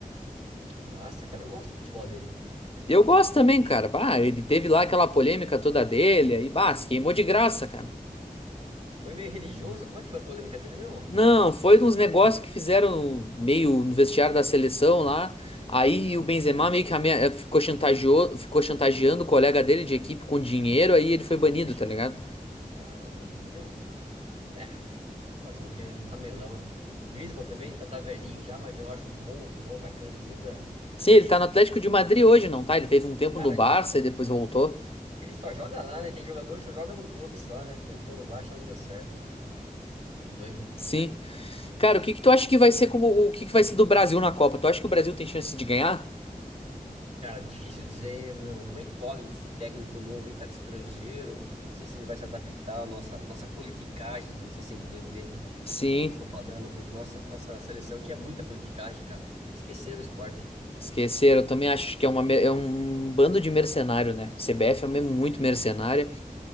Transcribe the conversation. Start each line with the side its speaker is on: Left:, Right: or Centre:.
Right: Que massa, cara. Eu gosto do futebol dele, cara.
Left: Eu gosto também, cara. Bah, ele teve lá aquela polêmica toda dele, aí, bah, se queimou de graça, cara.
Right: Foi meio religioso. Como é que foi a polêmica dele mesmo?
Left: Não, foi uns negócios que fizeram meio no vestiário da seleção lá. Aí o Benzema meio que ame- ficou chantageou, ficou chantageando o colega dele de equipe com dinheiro, aí ele foi banido,
Right: Puxa,
Left: tá ligado?
Right: caramba, é mesmo. É, fazer o quê? né? Ramelão. O Griezmann também tá, tá velhinho já, mas eu acho um bom, um bom atacante ainda.
Left: Sim, ele tá no Atlético de Madrid hoje, não tá? Ele teve um tempo
Right: Cara,
Left: no Barça e depois voltou.
Right: Ele só joga lá, né? Tem jogador que só joga num clube só, né? Tentou no Barça, não deu certo. Que doido.
Left: Sim. Cara, o que que tu acha que vai ser como o que que vai ser do Brasil na Copa? Tu acha que o Brasil tem chance de ganhar?
Right: Cara, difícil dizer, meu, uma incógnita esse técnico novo aí, cara, estrangeiro. Não sei se ele vai se adaptar à nossa, nossa politicagem. Não sei se você entende bem o
Left: Sim,
Right: que eu tô falando, porque nossa, nossa seleção aqui é muita politicagem, cara. Esqueceram o esporte.
Left: esqueceram. Eu também acho que é, uma, me- é um bando de mercenário, né? CBF é mesmo muito mercenária.